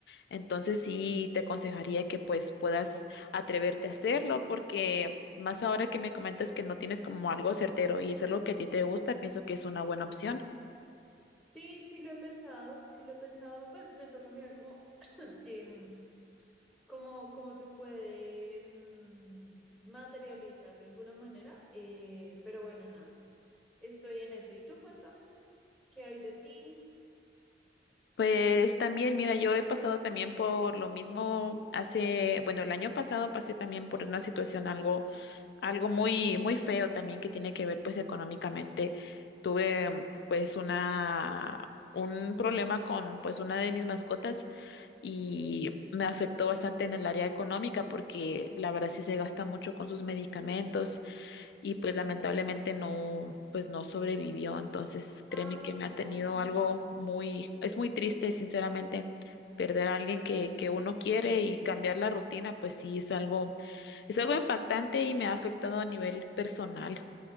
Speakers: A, on the left; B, in the centre.
A: Entonces sí te aconsejaría que pues puedas atreverte a hacerlo porque más ahora que me comentas que no tienes como algo certero y es algo que a ti te gusta, pienso que es una buena opción.
B: Sí, sí lo he pensado, sí lo he pensado, pues me toca mirar cómo, em, cómo, cómo se puede mm, materializar de alguna manera, eh, pero bueno, nada, estoy en eso. Y tú cuéntame, ¿qué hay de ti?
A: Pues también, mira, yo he pasado también por lo mismo hace, bueno, el año pasado pasé también por una situación algo, algo muy, muy feo también que tiene que ver pues económicamente. Tuve pues una, un problema con pues una de mis mascotas y
B: Okay.
A: me afectó bastante en el área económica porque la verdad sí se gasta mucho con sus medicamentos y pues lamentablemente no, pues no sobrevivió. Entonces créeme
B: Ay,
A: que me
B: no.
A: ha tenido algo muy, es muy triste, sinceramente. Perder a alguien que, que uno quiere y cambiar la rutina, pues sí es algo, es algo impactante y me ha afectado a nivel personal.